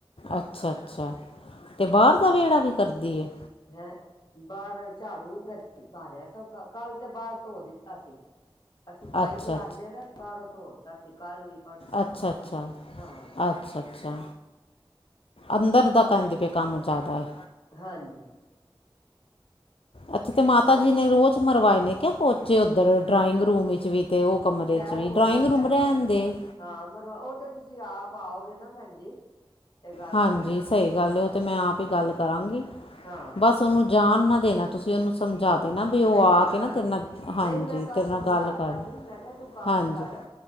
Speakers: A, on the left; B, on the left.
A: ਅੱਛਾ ਅੱਛਾ ਤੇ ਬਾਹਰ ਦਾ
B: ਹਾਂ
A: ਵਿਹੜਾ ਵੀ ਕਰਦੀ ਹੈ
B: ਹੈਂ ਬਾਹਰ ਝਾੜੂ ਕ ਬਾਰਿਆ ਸਾ ਕੱਲ ਤੇ ਬਾਹਰ ਧੋ ਦਿੱਤਾ ਸੀ ਅਸੀਂ ਪਾਈਪ
A: ਅੱਛਾ
B: ਲਾਂਦੇ ਹਾਂ ਤਾਂ ਬਾਹਰੋਂ ਧੋ ਅਸੀਂ ਕੱਲ ਵੀ ਪਰਸੋਂ
A: ਅੱਛਾ-ਅੱਛਾ
B: ਵੀ ਹਾਂ
A: ਅੱਛਾ-ਅੱਛਾ ਅੰਦਰ ਦਾ ਕਹਿੰਦੀ ਪਈ ਏ ਕੰਮ ਜਿਆਦਾ ਏ।
B: ਹਾਂਜੀ।
A: ਅੱਛਾ ਤੇ ਮਾਤਾ
B: ਹਾਂਜੀ ਮੈਂ
A: ਜੀ
B: ਕਿਹਾ
A: ਨੇ ਰੋਜ਼ ਮਰਵਾਏ ਨੇ। ਕਿਆ ਪੋਚੇ ਔਦਰ ਡਰਾਇੰਗ ਰੂਮ ਵਿੱਚ ਵੀ। ਤੇ ਉਹ ਕਮਰੇ
B: ਸ਼ਾਇਦ
A: 'ਚ ਵੀ
B: ਹੋ
A: ਡਰਾਇੰਗ
B: ਸਕਦਾ
A: ਰੂਮ ਰਹਿਣ
B: ਹਾਂ,
A: ਦੇ
B: ਹਾਂ ਮਰਵ ਓਹ ਤੇ ਤੁਸੀਂ ਆਪ ਪਾਓਗੇ ਨਾ ਭੈਣ ਜੀ ਤੇ ਗੱਲ
A: ਹਾਂਜੀ,
B: ਕਰ ਲਿਆ
A: ਸਹੀ
B: ਜੇ ਉਹਨੇ
A: ਗੱਲ
B: ਹਾਂਜੀ
A: ਏ ਓਹ ਤੇ ਮੈਂ ਆਪ ਈ
B: ਹਾਂਜੀ
A: ਗੱਲ ਕਰਾਂਗੀ
B: ਹਾਂ
A: ਬਸ ਓਨੂੰ ਜਾਣ ਨਾ ਦੇਣਾ। ਤੁਸੀਂ ਉਹਨੂੰ ਸਮਝਾ
B: ਹਾਂ,
A: ਦੇਣਾ ਵੀ ਉਹ
B: ਨਹੀਂ
A: ਆ
B: ਨਹੀਂ
A: ਕੇ
B: ਹਾਂ
A: ਨਾ ਤੇਰੇ ਨਾਲ ਹਾਂਜੀ
B: ਨਹੀਂ ਮੈਂ ਕੱਲ
A: ਤੇਰੇ ਨਾਲ
B: ਸਮਝਾ
A: ਗੱਲ
B: ਦਿੱਤਾ
A: ਕਰ ਲੇ
B: ਸੀ ਮੈਂ ਕਿਆ ਤੂੰ ਕੰਮ
A: ਹਾਂਜੀ
B: ਕਰ